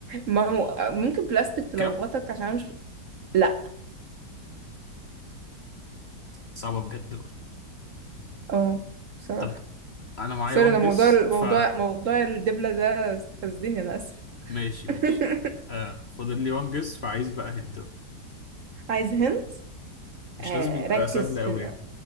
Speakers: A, on the right; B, on the left.
A: ما هو ممكن بلاستيك تلخبطك
B: كاب
A: عشان مش لا
B: صعبة بجد بقى
A: اه بصراحة
B: طب انا معايا
A: سوري
B: وان
A: انا موضوع
B: جس
A: الموضوع
B: ف
A: موضوع الدبلة ده استفزني انا اسف
B: ماشي ماشي
A: <laughs>
B: آه فاضل لي وان جس فعايز بقى هنت بقى.
A: عايز هنت
B: مش
A: آه
B: لازم يبقى
A: ركز
B: سهل قوي
A: في
B: يعني